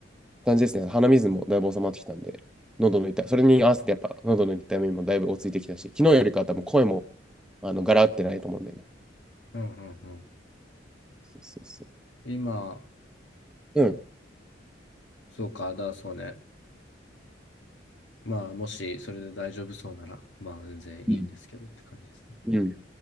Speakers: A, in the centre; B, on the left.
A: 感じですね。鼻水もだいぶ収まってきたんで、喉の痛い、それに合わせてやっぱ喉の痛みもだいぶ落ち着いてきたし、昨日よりかは多分声もあのガラってないと思うんだよね。
B: うん。うん。うん
A: そうそうそ
B: 今、
A: ううん
B: そうか、だ、そうね。まあ、もし、それで大丈夫そうなら、まあ、全然いいんですけどって感じですね。
A: うんうん。